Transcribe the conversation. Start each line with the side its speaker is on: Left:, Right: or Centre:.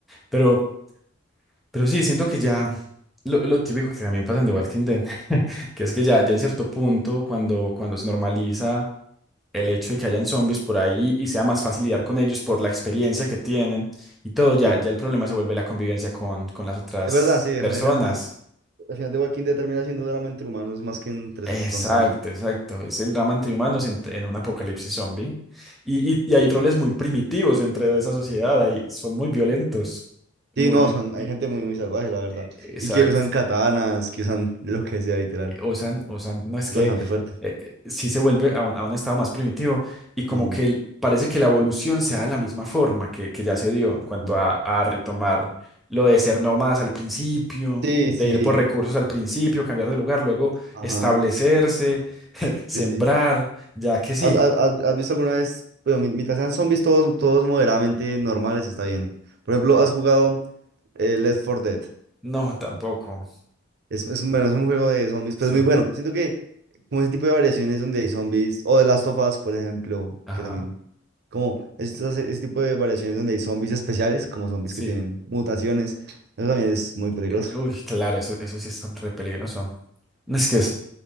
Centre: Pero, pero sí, siento que ya lo, lo típico que también pasa en The Walking Dead, <laughs> que es que ya, ya en cierto punto, cuando, cuando se normaliza el hecho de que hayan zombies por ahí y sea más fácil lidiar con ellos por la experiencia que tienen y todo,
Right: Sí,
Centre: ya, ya el problema se vuelve la convivencia con, con las otras
Right: es verdad, sí, dejan,
Centre: personas.
Right: dejan, es- al final de Walking Dead termina siendo drama entre humanos más que, entre,
Centre: Exacto,
Right: so, que con zombies.
Centre: exacto. Es el drama entre humanos en, en un apocalipsis zombie. Y, y, y hay roles muy primitivos dentro de esa sociedad. Ahí son muy violentos. Muy.
Right: Sí, no, son, hay
Centre: di-
Right: gente muy, muy salvaje, la verdad.
Centre: e, Exacto
Right: Y que usan katanas, que usan lo que sea, literal.
Centre: usan, usan, no es
Right: Es
Centre: que
Right: bastante fuerte.
Centre: eh, eh, sí se vuelve a un, a un estado más primitivo y como
Right: Sí,
Centre: que el- parece que la evolución se da de la misma forma que, que ya se dio en cuanto
Right: sí.
Centre: a, a retomar lo de ser nómadas al principio,
Right: Sí, sí,
Centre: de ir por recursos al principio, cambiar de lugar, luego
Right: ajá,
Centre: establecerse, <laughs> sembrar,
Right: sí, sí.
Centre: ya que sí.
Right: ¿Has, has- has- has visto alguna vez, bueno, mi- mientras sean zombies todos, todos moderadamente normales, está bien. Por
Centre: Ok.
Right: ejemplo, ¿has jugado eh, Left 4 Dead?
Centre: No, tampoco.
Right: Es, es un, bueno, es un juego de zombies, pero
Centre: Sí,
Right: es muy bueno. Siento que como ese tipo de variaciones donde hay zombies, o The Last of Us, por ejemplo,
Centre: ajá,
Right: que también, como estos- ese tipo de variaciones donde hay zombies especiales, como zombies
Centre: sí.
Right: que tienen mutaciones, eso también es muy peligroso.
Centre: Eh, Uy, claro, eso, eso sí es tan re peligroso. Es que es,